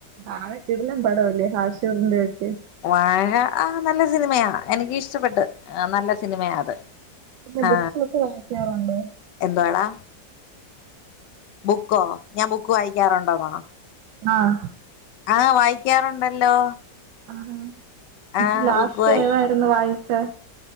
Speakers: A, on the right; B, on the left.
A: വാഴ കിടിലം പടവല്ലേ ഹാഷിറിൻ്റെ ഒക്കെ
B: വാഴ ആഹ് നല്ല സിനിമയാ എനിക്ക് ഇഷ്ടപ്പെട്ട് നല്ല സിനിമയാ അത്
A: പിന്നെ
B: ആ
A: ബുക്സുമൊക്കെ വായിക്കാറുണ്ടോ <inaudible>
B: എന്തുവാടാ ബുക്കോ ഞാൻ ബുക്ക് വായിക്കാറുണ്ടോന്നോ
A: ആഹ്
B: ആഹ് വായിക്കാറുണ്ടല്ലോ
A: ആഹ് ഇപ്പൊ
B: ആ
A: ലാസ്റ്റ്
B: ബുക്ക് വായി
A: ഏതായിരുന്നു വായിച്ചെ